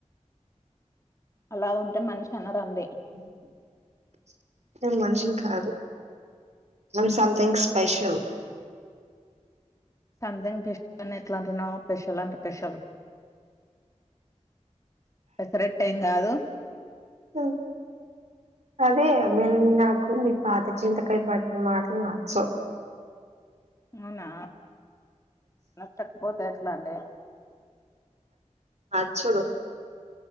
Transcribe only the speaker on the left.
అలా ఉంటే మనిషి అనరండి
సంథంగ్ స్పెషల్ అని ఎట్ల అంటున్నావు స్పెషల్ అంట స్పెషల్ పెసరెట్ ఏం కాదు
అవునా నచ్చకపోతే ఎట్ల అండి